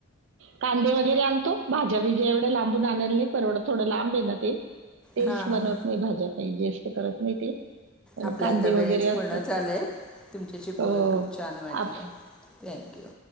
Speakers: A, on the right; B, in the centre.
A: कांदे वगैरे आणतो भाझ्या विीजे एवढ्या लांबून आणलेला नाही परवढं थोडं लांब आहे ना ते तेच
B: हां
A: बनवत नाही भाज्यापाई जे करत नाही ते पण
B: आपल्या
A: कांदे
B: आता
A: वगैरे
B: वेळच पूर्ण
A: असतात
B: चालंय तुमच्याशी बोलून
A: हो
B: खूप छान वाटलं
A: आप
B: थँक्यू